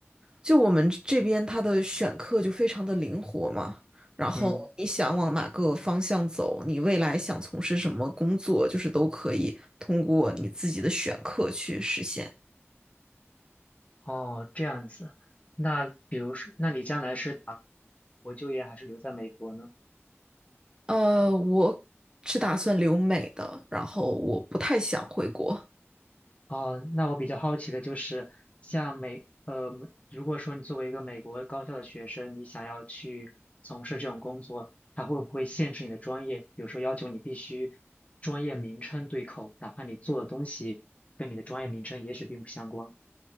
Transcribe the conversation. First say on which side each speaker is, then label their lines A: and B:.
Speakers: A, on the right; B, on the left.
A: 就我们这边他的选课就非常的灵活嘛，然后你想往哪个方向走，
B: 嗯，
A: 你未来想从事什么工作，就是都可以通过你自己的选课去实现。
B: 哦，这样子，那比如说，那你将来是打国就业还是留在美国呢？
A: 呃，我是打算留美的，然后我不太想回国。
B: 哦，那我比较好奇的就是，像美，呃，如果说你作为一个美国高校的学生，你想要去从事这种工作，它会不会限制你的专业？比如说要求你必须专业名称对口，哪怕你做的东西跟你的专业名称也许并不相关。